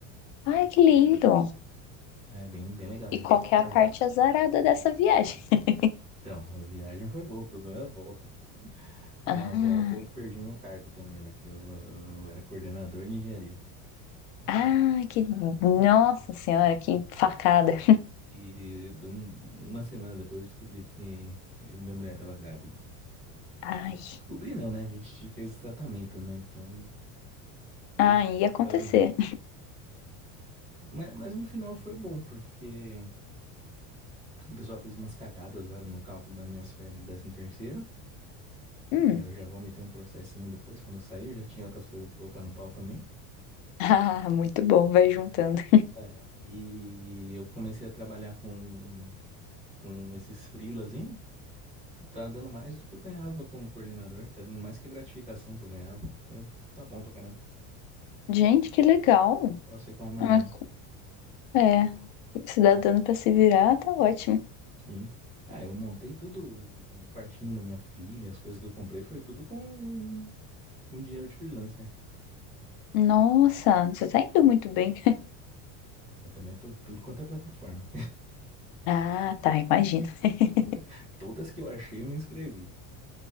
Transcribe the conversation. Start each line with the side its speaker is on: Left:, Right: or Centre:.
Left: Ai, que lindo!
Right: É bem, bem legal,
Left: E
Right: gostei
Left: qual
Right: pra
Left: que
Right: caramba.
Left: é a parte azarada dessa viagem? <laughs>
Right: Então, a viagem foi boa, o problema é a volta.
Left: Ah,
Right: Na volta eu perdi meu cargo também, né? Que eu, eu era coordenador de engenharia.
Left: ah,
Right: Ah,
Left: que nossa senhora, que facada.
Right: E de um- uma semana depois eu descobri que eu- minha mulher estava grávida.
Left: Ai,
Right: Descobri não, né? A gente fez o tratamento, né? Então deu
Left: ai,
Right: certo
Left: ia acontecer.
Right: o tratamento. Mas, mas no final foi bom, porque o pessoal fez umas cagadas lá no cálculo das minhas férias de décimo terceiro.
Left: Hum.
Right: Aí eu já
Left: <laughs>
Right: vou meter um processinho depois, quando eu sair, eu já tinha outras coisas pra colocar no pau também.
Left: Ah, muito bom, vai juntando.
Right: É, e eu comecei a trabalhar com, com esses freelas, hein? Tá dando mais do que eu ganhava como coordenador, tá dando mais que a gratificação que eu ganhava. Então tá bom pra caramba.
Left: Gente, que legal.
Right: Posso reclamar,
Left: Mas,
Right: não.
Left: É, se dá dando para se virar, tá ótimo.
Right: Sim. Ah, eu montei tudo, o quartinho da minha filha, as coisas que eu comprei foi tudo com, com dinheiro de freelancer.
Left: Nossa, você tá indo muito bem.
Right: Eu também tô em tudo quanto é plataforma.
Left: Ah, tá, imagina. <laughs>
Right: <laughs> Todas que eu achei, eu me inscrevi.